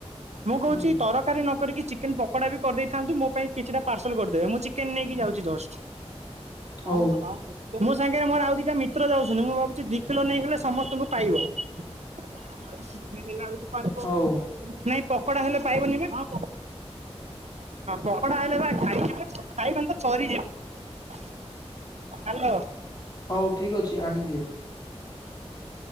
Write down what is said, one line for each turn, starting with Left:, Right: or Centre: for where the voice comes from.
Right: ମୁଁ
Left: ହୁଁ।
Right: କହୁଛି ତରକାରୀ ନ କରିକି ଚିକେନ ପକୋଡା ବି କରିଦେଇଥାନ୍ତୁ, ମୋ ପାଇଁ କିଛିଟା ପାର୍ସଲ କରିଦେବେ, ମୁଁ ଚିକେନ ନେଇକି ଯାଉଛି ଜଷ୍ଟ।
Left: ହଉ
Right: ମାଉଁସ ମାଉଁସ। ମୋ ସାଙ୍ଗରେ ମୋର ଆଉ ଦିଟା ମିତ୍ର ଯାଉଛନ୍ତି, ମୁଁ ଭାବୁଛି ଦି କିଲୋ ନେଇଗଲେ ସମସ୍ତଙ୍କୁ ପାଇବ। ଆରେ ସିଙ୍ଗଲ ହେଲାଳକୁ ପାଇବ।
Left: ହଉ
Right: ନାଇଁ ପକୋଡ଼ା ହେଲେ ପାଇବନି ବା ହଁ ପକୋଡା ହେଲେ ବା ଖାଇଯିବେ, ଖାଇବେନି ତ ଚରିଯିବେ। ହାଲୋ।
Left: ହଉ ଠିକ ଅଛି ଆଣିଦିଅ।